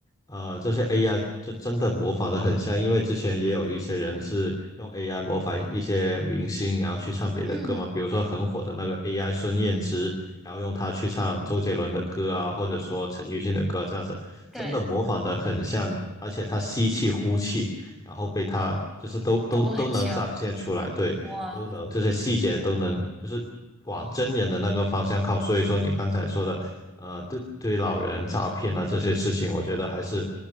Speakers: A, on the left; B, in the centre.
A: 呃，这些 AI 就真的模仿的很像，因为之前也有一些人是用 AI 模仿一些明星，然后去唱别的歌嘛，
B: 嗯，
A: 比如说很火的那个 AI 孙燕姿，然后用它去唱周杰伦的歌啊，或者说陈奕迅的歌，这样子真的模仿的很像，
B: 对，
A: 而且它吸气呼气。然后被他就是都都都能展现出来，
B: 都很像
A: 对，
B: 哇，
A: 都能这些细节都能就是往真人的那个方向靠。所以说你刚才说的，呃，对对老人诈骗啊这些事情，我觉得还是，